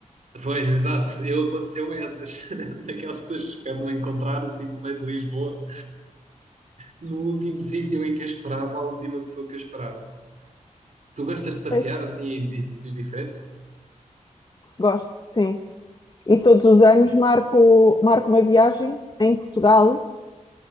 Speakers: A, on the right; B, on the left.
A: Pois, exato, eu aconteceu-me essas, <laughs> daquelas pessoas que espero não encontrar assim no meio de Lisboa. no último sítio em que eu esperava, a última pessoa que eu esperava. Tu gostas de passear
B: Pois.
A: assim em, em sítios diferentes?
B: Gosto, sim. E todos os anos marco, marco uma viagem em Portugal